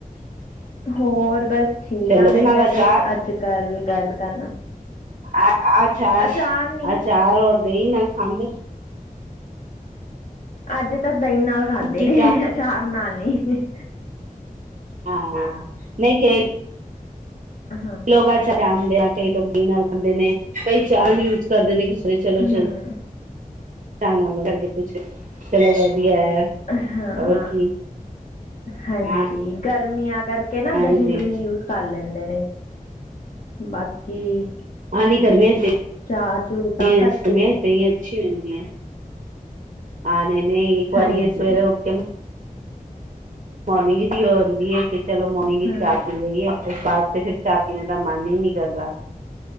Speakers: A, on the left; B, on the right.
A: ਹੋਰ ਬਸ ਠੀਕ
B: ਚਲੋ
A: ਆ
B: ਉਹਦੇ
A: ਮੈਂ
B: ਨਾਲ
A: ਕਿਹਾ
B: ਅਚਾਰ
A: ਤੂੰ ਅੱਜ ਕਰਲੀ ਗੱਲ ਕਰਨਾ।
B: ਆ ਅੱਛਾ ਅੱਛਾ
A: ਅਚਾਰ ਨੀ
B: ਅਚਾਰ ਹੋਰ ਦਹੀਂ ਨਾਲ ਖਾਂਦੇ।
A: ਅੱਜ ਤਾਂ ਦਹੀਂ ਨਾਲ ਖਾਧਦੇ
B: ਕਿ
A: ਨੇ
B: ਚਾਹ
A: ਆਚਾਰ ਨਾਲ ਨੀ।
B: ਹਾਂ ਨਹੀਂ ਏ
A: ਹਾਂ
B: ਲੋਕ <unintelligible> ਕਈ ਲੋਕ ਨਾਲ ਖਾਦੇ ਨੇ ਕਈ ਚਾਰ ਕਰਦੇ ਨੇ ਕਿਸੇ ਚਲੋ
A: ਹਮ
B: ਚੱਲ <unintelligible> ਨਾਲ ਕਰਕੇ ਪੁੱਛ ਚਲੋ ਵਧੀਆ।
A: ਹਾਂ
B: ਹੋਰ ਕੀ
A: ਹਾਂਜੀ
B: ਹਾਂ
A: ਗਰਮੀਆਂ ਕਰਕੇ ਇਹ ਨਾ
B: ਹਾਂਜੀ
A: ਦਹੀਂ-ਦੁਹੀਂ ਯੂਜ ਕਰ ਲੈਂਦੇ ਨੇ ਬਾਕੀ
B: ਹਾਂ ਨਹੀਂ ਐ ਗਰਮੀਆ ਚ ਸਹੀ
A: ਚਾਹ ਚੂ ਤਾਂ
B: ਐ ਗਰਮੀਆ
A: ਘੱਟ ਹੀ ਪੀਂਦੇ
B: ਚ ਸਹੀ ਐ ਅੱਛੀ ਹੁੰਦੀ ਹੈ ਹਾਂ ਨਹੀਂ-ਨਹੀਂ ਇੱਕ ਵਾਰੀ
A: ਹਾਂਜੀ
B: ਇਹ ਸਵੇਰੇ ਉੱਠ ਕੇ ਮੋਰਨਿੰਗ ਦੀ ਉਹ ਹੁੰਦੀ ਏ। ਕਿ ਚਲੋ ਮੋਰਨਿੰਗ
A: ਹਾਂ
B: ਚ ਚਾਹ ਪੀ ਲਇਏ। ਇਸ ਬਾਅਦ ਤੇ ਫਿਰ ਚਾਹ ਪੀਣੇ ਦਾ ਮਨ ਹੀ ਨੀ ਕਰਦਾ।